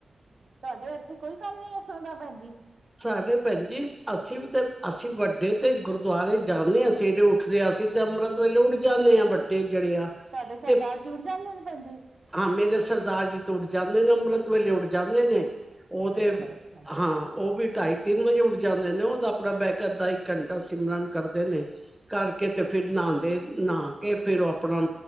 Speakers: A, on the right; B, in the centre.
A: ਤੁਹਾਡੇ ਇੱਥੇ ਕੋਈ ਕੰਮ ਨੀ ਇਸਰ ਦਾ ਭੈਣਜੀ
B: ਸਾਡੇ ਭੈਣ ਜ ਅਸੀਂ ਵੀ ਤੇ ਅਸੀਂ ਵੱਡੇ ਤੇ ਗੁਰਦੁਆਰੇ ਜਾਂਦੇ ਹਾਂ ਸਵੇਰੇ ਉੱਠਦੇ ਅਸੀਂ ਤੇ ਅੰਮ੍ਰਿਤ ਵੇਲੇ ਉੱਠ ਜਾਂਦੇ ਹਾਂ ਵੱਡੇ ਜਿਹੜੇ ਆ
A: ਤੁਹਾਡੇ
B: ਤੇ
A: ਸਰਦਾਰ ਜੁੜ ਜਾਂਦੇ ਨੇ ਭੈਜੀ
B: ਹਾਂ ਮੇਰੇ ਸਰਦਾਰ ਜੀ ਤੋੜ ਜਾਂਦੇ ਨੇ ਮੁਮ੍ਰਤ ਵੱਲ ਜਾਂਦੇ ਨੇ ਉਹ ਤੇ
A: ਅੱਛਾ ਅੱਛਾ
B: ਹਾਂ ਉਹ ਵੀ ਢਾਈ ਤਿੰਨ ਵਜੇ ਉੱਠ ਜਾਂਦੇ ਨੇ ਉਹ ਤਾਂ ਆਪਣਾ ਬਹਿ ਕੇ ਅੱਧਾ ਇੱਕ ਘੰਟਾ ਸਿਮਰਨ ਕਰਦੇ ਨੇ ਕਰਕੇ ਤੇ ਫਿਰ ਨਹਾਦੇ ਨਹਾ ਕੇ ਫੇਰ ਉਹ ਆਪਣਾ